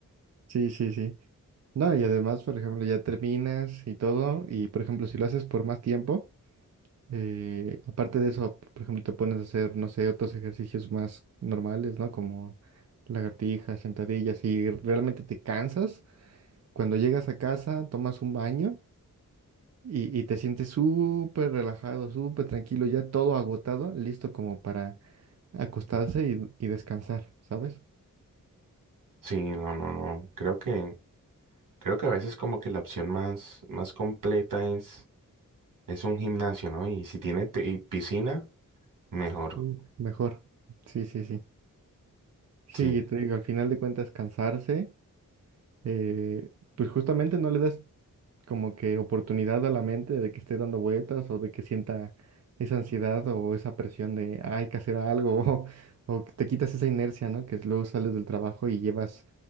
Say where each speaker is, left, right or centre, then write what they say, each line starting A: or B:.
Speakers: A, on the right; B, on the right.
A: Sí, sí, sí. No, y además, por ejemplo, ya terminas y todo, y por ejemplo, si lo haces por más tiempo, eh, aparte de eso, por ejemplo, te pones a hacer, no sé, otros ejercicios más normales, ¿no? Como lagartijas, sentadillas, y realmente te cansas. Cuando llegas a casa, tomas un baño y, y te sientes súper relajado, súper tranquilo, ya todo agotado, listo como para acostarse y, y descansar, ¿sabes?
B: Sí, no, no, no. Creo que, creo que a veces como que la opción más, más completa es Es un gimnasio, ¿no? Y si tiene pi- piscina, mejor.
A: Mm. Mejor. Sí, sí, sí. Sí,
B: Sí,
A: te digo, al final de cuentas cansarse, eh, pues justamente no le das como que oportunidad a la mente de que esté dando vueltas o de que sienta esa ansiedad o esa presión de "Ah, hay que hacer algo <laughs> o, o que te quitas esa inercia, ¿no? Que luego sales del trabajo y llevas